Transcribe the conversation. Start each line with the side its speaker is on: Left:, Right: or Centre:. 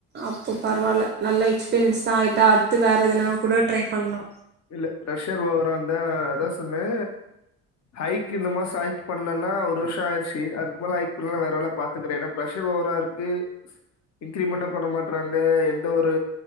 Right: அப்போ பரவால்ல நல்ல எக்ஸ்பீரியன்ஸ்தா ஆய்ட்டா அடுத்து வேற எதுனா கூட ட்ரை பண்லா
Left: இல்ல பிரஷர் ஓவரா இர்ந்தா நா அதா சொன்னே ஹைக் இந்த மாசோ ஹைக் பண்லனா ஒரு வர்ஷோ ஆய்ர்ச்சி அதுக்குமேல ஹைக் பண்லனா வேற வேல பாத்துக்குறே ஏனா பிரஷர் ஓவரா இரு க்கு இன்கிரிமெண்டு பண்ண மாட்றாங்க எந்த ஒரு